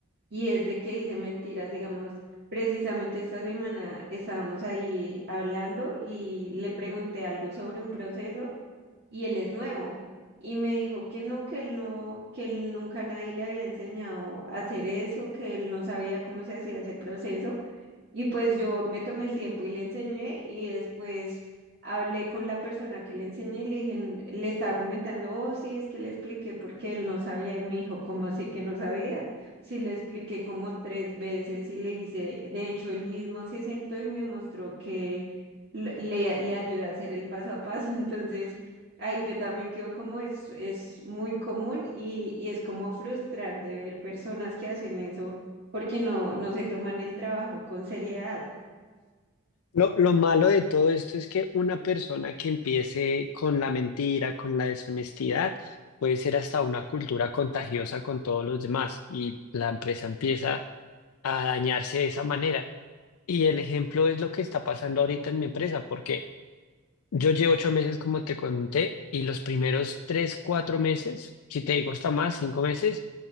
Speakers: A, on the right; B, on the left.
A: y es de que dice mentiras, digamos, precisamente esta semana estábamos ahí hablando y le pregunté algo sobre un proceso y él es nuevo y me dijo que no, que él no, que él nunca nadie le había enseñado a hacer eso, que él no sabía cómo se hacía ese proceso. Y pues yo me tomé el tiempo y le enseñé y después hablé con la persona que le enseñé y le dije, "N- le estaba comentando, oh, sí, es que le expliqué porque él no sabía y me dijo, ¿cómo así que no sabía? Sí, le expliqué como tres veces y le hice, de hecho, él mismo se sentó y me mostró que le, le le ayudé a hacer el paso a paso, <laughs> entonces... Ahí yo también quedo como es, es muy común y, y es como frustrante ver personas que hacen eso porque no, no se toman el trabajo con seriedad.
B: Lo, lo malo de todo esto es que una persona que empiece con la mentira, con la deshonestidad, puede ser hasta una cultura contagiosa con todos los demás y la empresa empieza a dañarse de esa manera. Y el ejemplo es lo que está pasando ahorita en mi empresa, porque yo llevo ocho meses, como te conté, y los primeros tres, cuatro meses, si te digo hasta más, cinco meses,